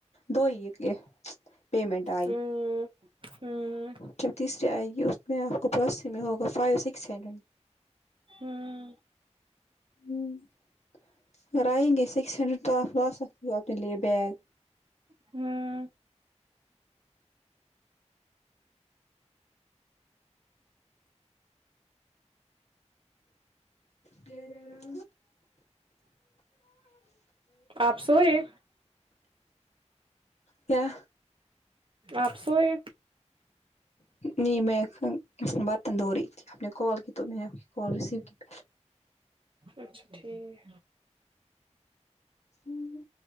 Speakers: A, on the left (about 65°); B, on the right (about 45°).
A: دو ہی پیمنٹ آئی
B: ہوں ہوں
A: جب تیسرے آئے گی اس میں آپ کو پروسس میں ہوگا فائیو سکس ہینڈریڈ
B: ہوں
A: ہمم اگر آئیں گے سکس ہنڈریڈ تو آپ لا سکتے ہو اپنے لیے بیگ
B: ہوں
A: <unintelligible>
B: آپ سوئے
A: کیا
B: آپ سوئے
A: نہیں میں برتن دھو رہی تھی آپ نے کال کی تو میں نے کال ریسیو کی پ
B: اچھا ٹھیک
A: ہوں